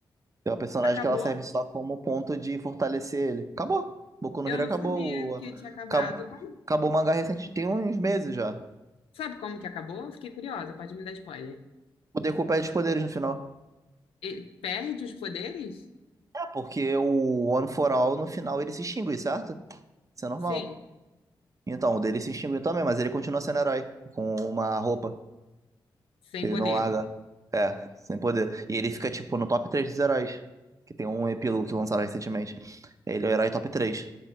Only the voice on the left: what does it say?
Acabou?
Eu
não
sabia que
tinha acabado.
Como-
Sabe como que acabou? Eu Fiquei curiosa, pode me dar spoiler.
Ele perde os poderes?
Sim,
sem
poder.